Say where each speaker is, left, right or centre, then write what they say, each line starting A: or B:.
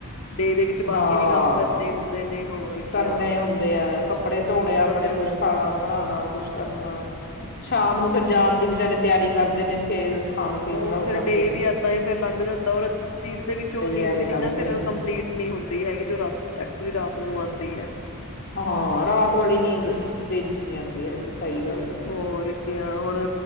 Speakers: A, on the left; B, on the left.
A: ਡੇ ਦੇ ਵਿੱਚ ਬਾਕੀ
B: ਹਾਂ।
A: ਵੀ ਕੰਮ ਕਰਨੇ ਹੁੰਦੇ ਨੇ ਹੋਰ ਕਿਆ।
B: ਕਰਨੇ ਹੁੰਦੇ ਹੈ ਕੱਪੜੇ ਧੋਣੇ, ਆਪਣੇ
A: ਤਾਂ ਫਿਰ
B: ਕੁਛ ਖਾਣਾ ਬਣਾਉਣਾ, ਕੁਛ ਕਰਨਾ ਸਾਮ ਨੂੰ ਫਿਰ ਜਾਣ ਦੀ ਵਿਚਾਰੇ ਤਿਆਰੀ ਕਰਦੇ ਨੇ ਫੇਰ ਖਾਣ ਪੀਣ
A: ਉਹ
B: ਦਾ
A: ਫਿਰ
B: ਕਰਦੇ
A: ਡੇ
B: ਨੇ।
A: ਵੀ ਏਦਾਂ ਫੇਰ ਲੰਘ ਜਾਂਦਾ ਰ ਦਿਨ ਦੇ ਵਿੱਚ ਉਹ ਨੀਂਦ
B: ਐਵੇਂ
A: ਵੀ
B: ਲੰਘ
A: ਨ ਨਾ, ਫਿਰ
B: ਜਾਂਦਾ।
A: ਕੰਪਲੀਟ ਨਹੀਂ ਹੁੰਦੀ। ਹੈਗੀ ਜੋ ਰਾਤ, ਐਕਚੁਲੀ ਰਾਤ ਨੂੰ ਆਉਂਦੀ ਹੈ।
B: ਹਾਂ, ਰਾਤ ਵਾਲੀ ਨੀਂਦ ਦਿਨ ਚ ਨੀ ਆਉਂਦੀ, ਹੈਗੀ। ਸਹੀ ਗੱਲ ਆ
A: ਹੋਰ ਕਿਆ ਹੁਣ